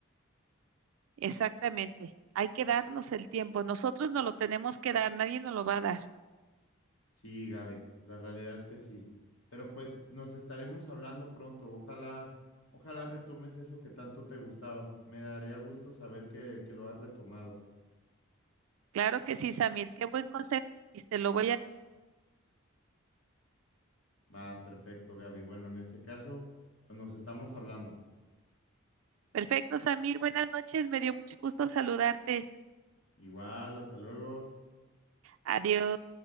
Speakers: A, on the right (about 85°); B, on the left (about 70°).
A: Exactamente. Hay que darnos el tiempo. Nosotros no lo tenemos que dar, nadie nos lo va a dar.
B: Sí, Gaby, la realidad es que sí. Pero pues nos estaremos hablando pronto. Ojalá, ojalá retomes eso que tanto te gustaba. Me daría gusto saber que, que lo has retomado.
A: Claro que sí, Samir. Qué buen consejo. Te lo voy a...
B: Va, perfecto, Gaby. Bueno, en ese caso, pues nos estamos hablando.
A: Perfecto, Samir. Buenas noches. Me dio mucho gusto saludarte.
B: Igual, hasta luego.
A: Adiós.